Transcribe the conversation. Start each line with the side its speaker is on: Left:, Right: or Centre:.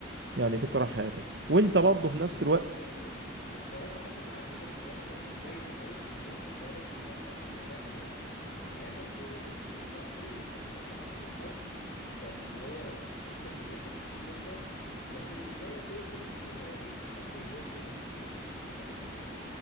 Right: يعني تكره حياتك وانت برضه في نفس
Left: بالظبط
Right: الوقت
Left: يعني الحوارات ده حصلت معايا قبل كده حوار زي ما انت قلت بالظبط حوار ال- النجاح ده يعني انا كان في واحد صاحبي لحد ما كان معاه في الفصل كان هو صراحة كان بيذاكر كتير جدا لكن زي ما بتقول كده كنا صغيرين فكان بيغير مني كتير يعني كان